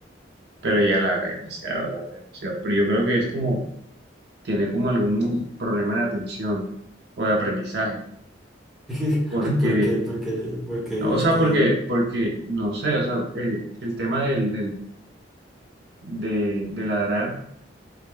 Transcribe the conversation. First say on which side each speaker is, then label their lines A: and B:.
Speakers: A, on the right; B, in the centre.
A: pero ya la agrega demasiado, la agrega demasiado. Pero yo creo que es como, tiene como algún problema de atención o de aprendizaje,
B: <laughs>
A: porque,
B: ¿Por qué? ¿Por qué? ¿Por qué
A: no,
B: dices
A: o sea,
B: que...
A: porque, porque, no sé, o sea, eh, el tema del, del, de, de ladrar,